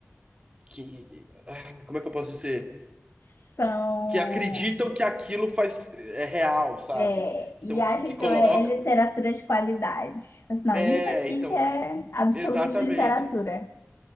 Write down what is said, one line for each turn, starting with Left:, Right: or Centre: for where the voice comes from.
Right: que, que- ah, como é que eu posso dizer?
Left: São.
Right: que acreditam que aquilo faz é real, sabe?
Left: É, e
Right: Então,
Left: acha
Right: que
Left: que
Right: coloca.
Left: ela é, é literatura de qualidade. Mas não,
Right: É,
Left: isso aqui
Right: então,
Left: que é absoluta
Right: exatamente.
Left: literatura.